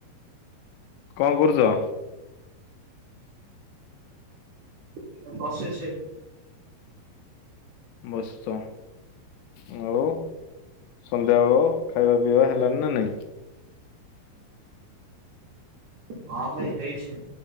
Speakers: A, on the left; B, on the right.
A: କଣ କରୁଛ?
B: ଏଇ ବସିଛି।
A: ବସିଚ ଆଉୁ ସନ୍ଧ୍ୟାବେଳ ଖାଇବା ପିଇବା ହେଲାଣି ନା ନାଇଁ?
B: ହଁ ଭାଇ ହେଇଛି